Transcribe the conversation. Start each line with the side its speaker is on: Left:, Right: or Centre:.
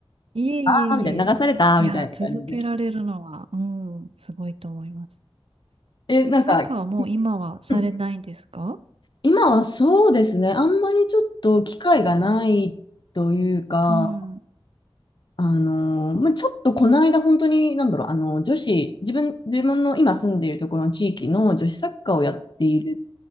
Right: いえいえいえ。
Left: あーみたいな、流されたみたいな感じで。
Right: いや、続けられるのは、うん、すごいと思います。
Left: え、なんか、
Right: え、サッカーはもう今はされないんですか
Left: うん今はそうですね、あんまりちょっと機会がないというか、
Right: うん。
Left: あのーまあ、ちょっとこの間本当に、なんだろう、あの、女子、自分、自分の今住んでいるところの地域の女子サッカーをやっている